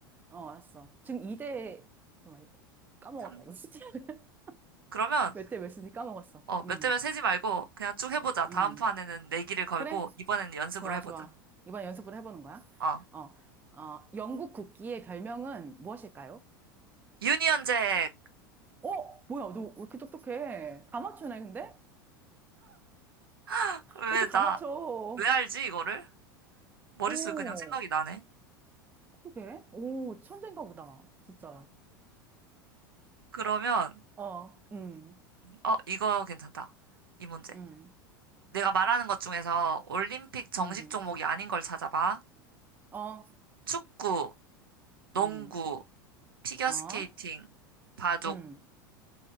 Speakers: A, on the right; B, on the right.
A: 어, 알았어. 지금 2대, 잠깐만, 이거 까먹었다.
B: 삼-
A: 이거 진짜. <laughs>
B: 그러면,
A: 몇 대 몇인지 까먹었어.
B: 어, 몇
A: 음,
B: 대면 세지 말고, 그냥 쭉 해보자. 다음
A: 음.
B: 판에는 내기를 걸고,
A: 그래?
B: 이번에는 연습으로
A: 좋아,
B: 해보자.
A: 좋아. 이번에 연습을 해보는 거야.
B: 어.
A: 어, 어, 영국 국기의 별명은 무엇일까요?
B: 유니언잭!
A: 어? 뭐야, 너 왜 이렇게 똑똑해? 다 맞추네, 근데?
B: <laughs> 왜
A: 왜 이렇게 다
B: 나,
A: 맞춰?
B: 왜 알지, 이거를? 머릿속에
A: 오,
B: 그냥 생각이 나네.
A: 그러게. 오, 천재인가 보다. 진짜.
B: 그러면,
A: 어, 음,
B: 어, 이거 괜찮다. 이 문제.
A: 음,
B: 내가 말하는 것 중에서 올림픽 정식
A: 음,
B: 종목이 아닌 걸 찾아봐.
A: 어,
B: 축구, 농구,
A: 음,
B: 피겨스케이팅,
A: 어,
B: 바둑.
A: 음,